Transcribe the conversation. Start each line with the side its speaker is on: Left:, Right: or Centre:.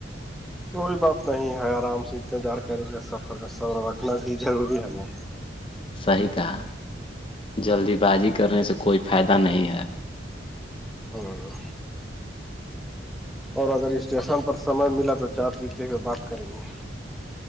Centre: کوئی بات نہیں ہے آرام سے انتظار کریں گے سفر میں صبر رکھنا بھی ضروری ہے نا
Left: صحیح کہا جلدی بازی کرنے سے کوئی فائدہ نہیں ہے
Centre: اورو اور اگر اسٹیشن پر سمے ملا تو چائے پیتے ہوئے بات کریں گے